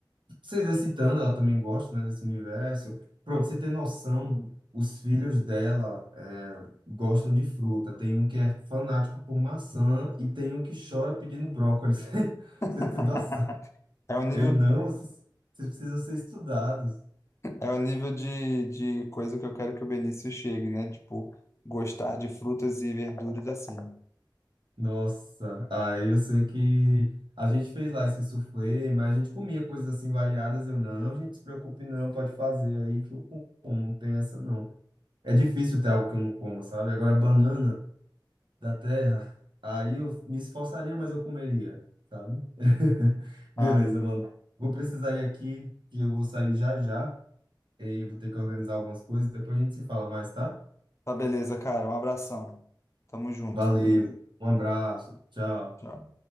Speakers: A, on the right (about 70°); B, on the left (about 35°).
A: se exercitando, ela também gosta, né, desse universo. Pronto, você ter noção, os filhos dela é, gostam de fruta. Tem um que é fanático por maçã e tem um que chora pedindo brócolis. <laughs>
B: <laughs>
A: Você tem noção?
B: É o nível
A: Eu não, vocês, vocês precisam ser estudados.
B: É o nível de, de coisa que eu quero que o Benício chegue, né? Tipo, gostar de frutas e verduras assim.
A: Nossa, aí eu sei que a gente fez lá esse soufflé, mas a gente comia coisas assim variadas. Eu não, gente, se preocupe não, pode fazer aí que eu como, não tem essa não. É difícil ter algo que eu não como, sabe? Agora, banana da terra, aí eu me esforçaria, mas eu comeria, sabe? <laughs>
B: Ah,
A: Beleza,
B: amigo.
A: mano. Vou precisar ir aqui, que eu vou sair já já, e vou ter que organizar algumas coisas, depois a gente se fala mais, tá?
B: Tá beleza, cara. Um abração. Tamo junto.
A: Valeu, um abraço, tchau.
B: Tchau.